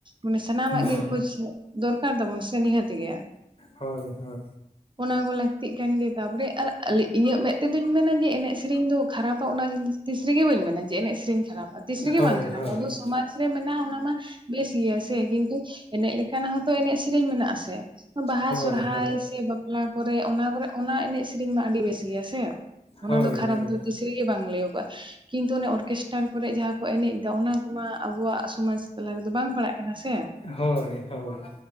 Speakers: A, on the right; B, on the left.
A: ᱩᱱᱤ ᱥᱟᱱᱟᱢᱟᱜ
B: ᱦᱩᱸ
A: ᱜᱮ ᱠᱷᱳᱡ ᱫᱚᱨᱠᱟᱨ ᱛᱟᱵᱩᱱ ᱥᱮ ᱱᱤᱦᱟᱹᱛ ᱜᱮᱭᱟ᱾
B: ᱦᱳᱭ ᱦᱳᱭ
A: ᱚᱱᱟ ᱠᱚ ᱞᱟᱹᱠᱛᱤᱜ ᱠᱟᱱ ᱜᱮ ᱛᱟᱯᱚᱨᱮ ᱟᱨ ᱤᱧᱟᱹᱜ ᱢᱮᱫ ᱛᱮᱫᱚᱧ ᱢᱮᱱᱟ ᱡᱮ ᱮᱱᱮᱡ ᱥᱮᱨᱮᱧ ᱫᱚ ᱠᱷᱟᱨᱟᱯᱟ ᱚᱱᱟ ᱡᱤᱱᱤᱥ ᱛᱤᱥ ᱨᱤᱜᱤ ᱵᱟᱹᱧ ᱢᱮᱱᱟ ᱡᱮ ᱮᱱᱮᱡ ᱥᱤᱨᱤᱧ ᱠᱷᱟᱨᱟᱯᱟ ᱛᱤᱥ ᱨᱤᱜᱤ
B: ᱦᱳᱭ
A: ᱵᱟᱝ ᱠᱷᱟᱨᱟᱯᱟ,
B: ᱦᱳᱭ ᱦᱳᱭ
A: ᱟᱵᱩ ᱥᱚᱢᱟᱡᱽ ᱨᱮ ᱢᱮᱱᱟᱜᱼᱟ ᱚᱱᱟ ᱢᱟ ᱵᱮᱥ ᱜᱮᱭᱟ ᱥᱮ ᱠᱤᱱᱛᱩ ᱮᱱᱮᱡ ᱞᱮᱠ ᱠᱟᱱᱜ ᱦᱚᱸᱛᱚ ᱮᱱᱮᱡ ᱥᱮᱨᱤᱧ ᱢᱮᱱᱟᱜ-ᱟ ᱥᱮ ᱵᱟᱦᱟ
B: ᱦᱳᱭ
A: ᱥᱚᱨᱦᱟᱭ
B: ᱦᱳᱭ ᱦᱳᱭ
A: ᱥᱮ ᱵᱟᱯᱞᱟ ᱠᱚᱨᱮ ᱚᱱᱟ ᱠᱚᱨᱮ ᱚᱱᱟ ᱮᱱᱮᱡ ᱥᱮᱨᱮᱧ ᱢᱟ ᱟᱹᱰᱤ ᱵᱮᱥ ᱜᱮᱭᱟ ᱥᱮ ᱚᱱᱟ
B: ᱦᱳᱭ
A: ᱫᱚ ᱠᱷᱟᱨᱟᱯ ᱫᱚ ᱛᱤᱥ ᱨᱮᱜᱮ ᱵᱟᱝ ᱞᱟᱹᱭᱚᱜᱚᱜᱼᱟ᱾ ᱠᱤᱱᱛᱩ ᱚᱱᱮ ᱚᱨᱠᱮᱥᱴᱟᱨ ᱠᱚᱨᱮᱜ ᱡᱟᱦᱟᱸ ᱠᱚ ᱮᱱᱮᱡ ᱫᱟ ᱚᱱᱟ ᱠᱚ ᱟᱵᱩᱣᱟᱜ ᱥᱚᱢᱟᱡ ᱛᱟᱞᱟ ᱨᱮᱫᱚ ᱵᱟᱝ ᱯᱟᱲᱟᱜ ᱠᱟᱱᱟ ᱥᱮ?
B: ᱦᱳᱭ ᱦᱳᱭ